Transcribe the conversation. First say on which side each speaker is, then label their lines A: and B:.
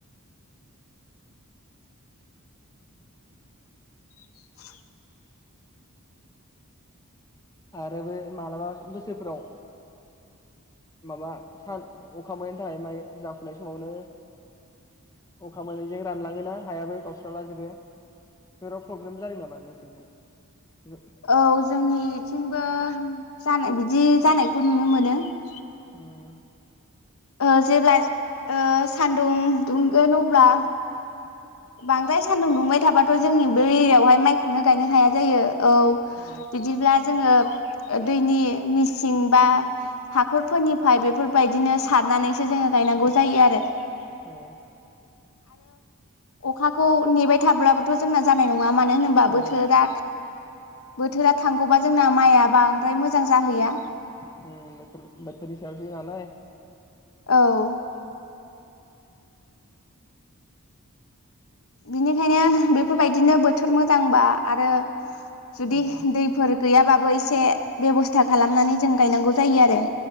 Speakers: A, on the left; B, on the left.
A: <inaudible>
B: आरो बै मालाबा बोसोरफ्राव माबा सान अखा मोननायनि थाखाय माइ जाफुनाय समावनो अखा मोनैजों रानलाङोना हायाबो गावस्राला जेबो जेराव प्रब्लेम जादों नामा नोंसोरनिथिं
A: औ जोंनिथिंबो जानाय बिदि जानायखौ नुनो मोनो ।
B: उम
A: ओ जेब्ला ओ सान्दुं दुंगोन अब्ला बांद्राय सान्दुं दुंबाय थाबाथ' जोंनि बे एरियावहाय माइखौनो गायनो हाया जायो । औ
B: ओ
A: बिदिब्ला जोङो दैनि मिसिं बा हाखरफोरनिफ्राय बेफोरबायदिनो सारनानैसो जोङो गायनांगौ जायो आरो ।
B: ए
A: अखाखौ नेबाय थाब्लाबोथ' जोंना जानाय नङा नङा मानो होनबा
B: ओ
A: बोथोरा बोथोरा थांगौबा जोंना माइआ बांद्राय मोजां जाहैया
B: बेफोरनि सायावसो नालाय
A: औ बिनिखायनो बेफोरबायदिनो बोथोर थोर मोजांबा आरो जुदि
B: उम
A: दैफोर गैयाब्लाबो एसे बेब'स्था खालामनानै जों गायनांगौ जायो आरो